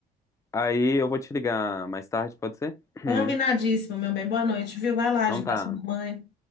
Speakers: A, on the left; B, on the left.
A: aí eu vou te ligar mais tarde, pode ser? <clears throat>
B: Combinadíssimo, meu bem. Boa noite, viu? Vai lá
A: Então
B: ajudar
A: tá.
B: sua mamãe.